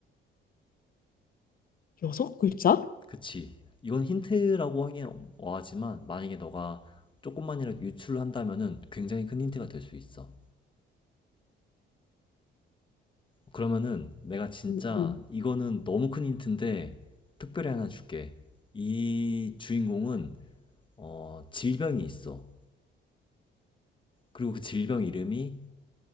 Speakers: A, on the left; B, on the left.
A: 여섯 글자?
B: 그치. 이건 힌트라고 하긴 어하지만, 만약에 너가 조금만이라도 유출을 한다면은 굉장히 큰 힌트가 될 수 있어. 그러면은 내가 진짜
A: 음, 음.
B: 이거는 너무 큰 힌트인데, 특별히 하나 줄게. 이 주인공은, 어, 질병이 있어. 그리고 그 질병 이름이,